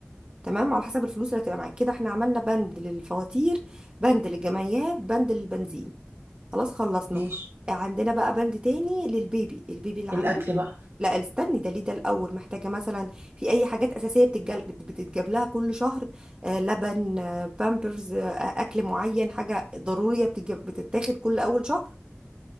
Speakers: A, on the right; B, on the right.
A: تمام على حسب الفلوس اللي هتبقى معاك كده احنا عملنا بند للفواتير بند للجمعيات بند للبنزين خلاص خلصنا
B: ماشي
A: عندنا بقى بند تاني للبيبي البيبي اللي عندك
B: الاكل بقى
A: لا استني ده ليه ده الاول محتاجه مثلا في اي حاجات اساسيه بتتجل... بت- بتتجاب لها كل شهر آه لبن آه بامبرز آه اكل معين حاجه ضروريه بتتجاب... بتتاخد كل اول شهر